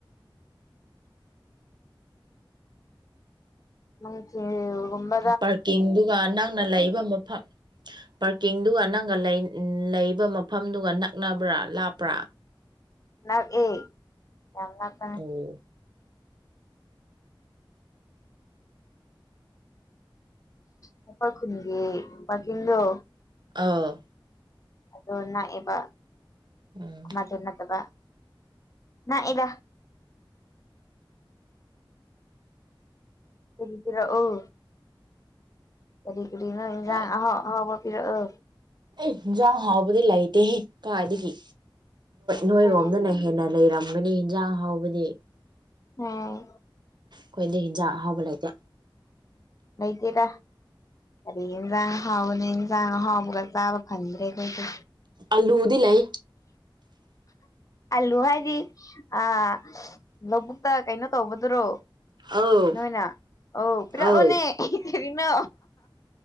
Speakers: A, on the left; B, on the right.
A: ꯅꯨꯡꯊꯤꯜꯒꯨꯝꯕ
B: ꯄꯥꯔꯀꯤꯡꯗꯨꯒ ꯅꯪꯅ ꯂꯩꯕ ꯃꯐꯝ ꯄꯥꯔꯀꯤꯡꯗꯨꯒ ꯅꯪꯒ ꯂꯩꯕ ꯃꯐꯝꯗꯨꯒ ꯅꯛꯅꯕ꯭ꯔꯥ ꯂꯥꯞꯄ꯭ꯔꯥ
A: ꯅꯛꯌꯦ ꯌꯥꯝ ꯅꯛꯄꯅꯦ
B: ꯑꯣ
A: ꯑꯩꯈꯣꯏ ꯈꯨꯟꯒꯤ ꯄꯥꯛꯀꯤꯡꯗꯣ
B: ꯑꯧ
A: ꯑꯗꯣ ꯅꯛꯌꯦꯕ
B: ꯎꯝ
A: ꯃꯥꯗꯣ ꯅꯠꯇꯕ ꯅꯛꯌꯦꯗ ꯑꯗꯨꯗꯤ ꯄꯤꯔꯛꯑꯣ ꯀꯔꯤ ꯀꯔꯤꯅꯣ ꯏꯟꯁꯥꯡ
B: ꯍꯣꯏ
A: ꯑꯍꯥꯎ ꯑꯍꯥꯎꯕ ꯄꯤꯔꯛꯑꯣ
B: ꯑꯦ ꯌꯦꯟꯁꯥꯡ ꯍꯥꯎꯕꯗꯤ ꯂꯩꯇꯦꯍꯦ ꯀꯥꯏꯗꯒꯤ ꯅꯣꯏꯔꯣꯝꯗꯅ
A: ꯎꯝ
B: ꯍꯦꯟꯅ ꯂꯩꯔꯝ ꯍꯥꯎꯕꯅꯤ ꯍꯤꯟꯁꯥꯡ ꯍꯥꯎꯕꯗꯤ
A: ꯑꯪ
B: ꯑꯩꯈꯣꯏꯗꯤ ꯏꯟꯁꯥꯡ ꯑꯍꯥꯎꯕ ꯂꯩꯇꯦ
A: ꯂꯩꯇꯦꯗ ꯑꯩ ꯏꯟꯁꯥꯡ ꯑꯍꯥꯎꯕꯅꯦ ꯏꯟꯁꯥꯡ ꯑꯍꯥꯎꯕꯒ ꯆꯥꯕ ꯐꯪꯗ꯭ꯔꯦ ꯑꯩꯈꯣꯏꯁꯦ
B: ꯑꯂꯨꯗꯤ ꯂꯩ
A: ꯑꯂꯨ ꯍꯥꯏꯗꯤ ꯑꯤ ꯂꯧꯕꯨꯛꯇ ꯀꯩꯅꯣ ꯇꯧꯕꯗꯨꯔꯣ
B: ꯑꯧ
A: ꯅꯣꯏꯅ ꯑꯣ ꯄꯤꯔꯛꯑꯣꯅꯦ
B: ꯑꯧ
A: ꯀꯔꯤꯅꯣ